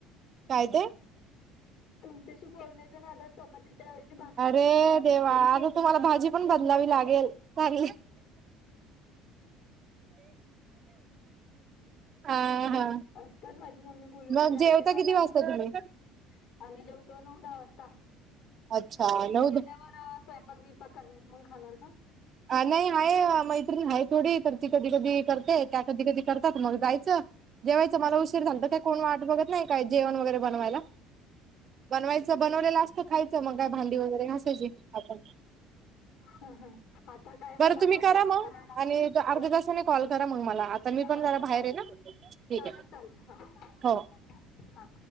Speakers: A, on the right (about 45°); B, on the left (about 70°).
A: काय ते
B: तुमच्याशी बोलण्याच्या नाद चपातीच्या वजी भाकरीचं
A: अरे
B: पीठ मळल
A: देवा
B: गेलं.
A: आता तुम्हाला भाजी पण बदलावी लागेल चांग अह हा
B: आत्ताच माझी मम्मी बोलून
A: मग
B: गेली ऐकायला
A: जेवता
B: आला
A: किती वाजता
B: असे ना तुम्हाला.
A: तुम्ही
B: आम्ही जेवतो नऊ दहा वाजता
A: अच्छा
B: आता तुम्ही
A: नऊ
B: गेल्यावर स्वयंपाक वि पक कर मग खाणार का
A: नाही आहे मैत्रिणी आहे थोडी तर ती कधी कधी करते त्या कधी कधी करतात मग जायचं जेवायचं मला उशीर झालत काय कोण वाट बघत नाही का जेवण वगैरे बनवायला. बनवायचं बनवलेलं असतं खायचं मग काय भांडी वगैरे घासायची आपण
B: हम हम आता काय
A: बरं
B: मला
A: तुम्ही
B: भाकरी
A: करा
B: पण
A: मग
B: करावी लागतील
A: आणि अर्ध्या
B: मला
A: तासाने कॉल करा मग मला आता मी पण
B: हो
A: जरा बाहेर
B: चालत.
A: आहे ना ठीक
B: चालेल
A: आहे
B: चालेल हा
A: हो
B: हा